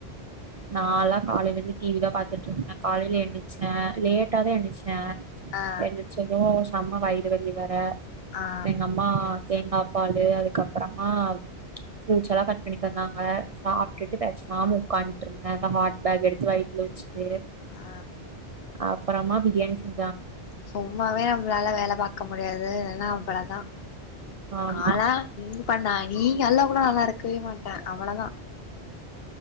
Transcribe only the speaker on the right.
நாலா காலையில இருந்து டீவி தா பாத்துட்ருந்தே காலைல ஏந்திச்சே லேட்டா தா எந்திச் அ
எந்துச்சந்தோஷ் நம்ம வயிறு வலி வேற
எங்கம்மா தேங்கா பாலு அதுக்கப்பறமா புருட்ஸ் எல்லா கட் பண்ணி தந்தாங்க சாப்டுட்டு பேசாம உக்காண்ருந்த அந்த ஹாட் பேக் எடுத்து வைத்தல வச்சிட்டு
அப்றம்மா பிரியாணி செஞ்
ஆமா